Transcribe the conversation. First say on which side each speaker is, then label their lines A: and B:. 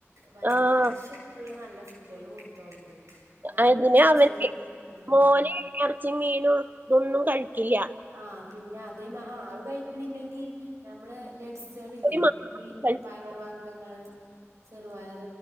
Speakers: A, on the right; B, on the right.
A: മറ്റെ
B: ആഹ്
A: കർശ്യ ഉള്ള നല്ല ഫുഡുകള് കൊടുത്തോണ്ട് എന്നാ
B: അതിന്
A: പിന്നെ കൊറച്ചേലും
B: അവന്
A: ഉം
B: മോൻ ഇറച്ചി മീനും ഇതൊന്നും കഴിക്കില്ല
A: ആഹ പിന്നെ അതേ അത് കഴ പിന്നെല്ലെങ്കിൽ നമ്മള് നഡ്സുകളില്ലേ
B: ഒരു മാസം
A: ഈ
B: കഴിക്കും
A: പയർ വർഗ്ഗങ്ങള് ചെറുപയർ